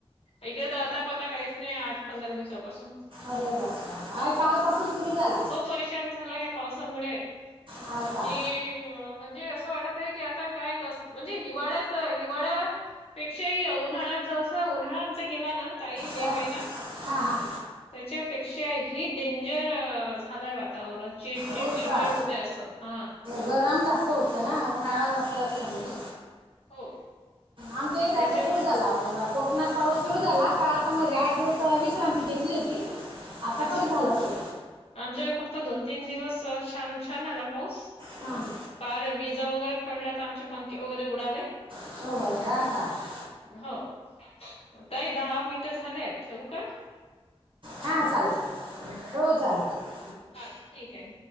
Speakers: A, on the left (about 70°); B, on the right (about 55°).
A: इकडे तर आताप आता काहीच नाही आठ पंधरा दिवसापासून
B: अरे बर कालपसून सुरू झाला
A: खूप परेशान झाल ह पावसामुळे
B: हा का
A: कि म्हणजे असं वाटत आहे की आता काय म्हणजे हिवाळ्यात हिवाळ्या पेक्षाही उन्हाळा जस उन्हाळा आमचा गेला ना तई मे
B: का?
A: महिना
B: हा हां हां
A: त्याच्यापेक्षा ह डेंजर झालाय वा वातवरण चिडचिड
B: हो
A: चिडचिड
B: का
A: होतय असं हा.
B: गरम जास्त होतं ना उनळा जास्त असल्यामुळे.
A: हो
B: आमच्या इथे आता
A: त्याच्या
B: सुरू झाला. कोकणात पाऊस सुरु झाला का आता मध्ये आठ दिवस विश्रांती घेतली होती आता
A: अच्छा.
B: पर झाला त
A: आमच्याकडे फक्त दोन तीन दिवस छान छान आला पाऊस
B: हम
A: फार विजा वगैरे पडल्यात आमचे पंखे वगैरे उडाले.
B: <unintelligible>
A: हो काही दहा मिनटं झालेत ठेवू का.
B: हां चालेल हो चालेल चालेल.
A: हा ठीक आहे.